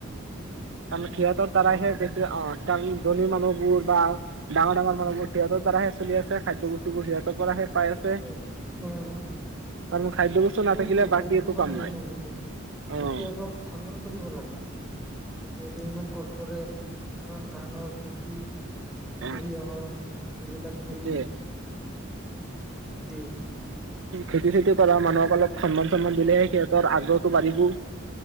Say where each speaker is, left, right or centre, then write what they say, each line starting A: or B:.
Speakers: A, on the right; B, in the centre.
A: তাৰ মানে সিহঁতৰ দ্বাৰাহে
B: মানুহ
A: বেছি অ' কাৰণ ধনী মানুহ বোৰ বা ডাঙৰ ডাঙৰ মানুহবোৰ সিহঁতৰ দ্বাৰাহে চলি আছে খাদ্য বস্তুবোৰ সিহঁতৰ পৰাহে
B: আহ
A: পাই আছে কাৰণ খাদ্য বস্তু
B: সেইটোয়েতো
A: নাথাকিলে বাকী
B: সেইটো
A: একো
B: মানুহে
A: কাম নাই
B: নুবুজে খেতিয়কক
A: অ অ
B: সন্মান, দিব লাগে সেইটোতো ইমান ক কৰে কিমান ধানৰ খেতি
A: অ
B: সৰিয়হৰ এইবিলাক
A: সেইটোয়ে
B: কৰি দিয়ে।
A: খেতি-চেতি কৰা মানুহক অলপ সন্মান-চন্মান দিলেহে সিহঁতৰ আগ্ৰহটো বাঢ়িবো।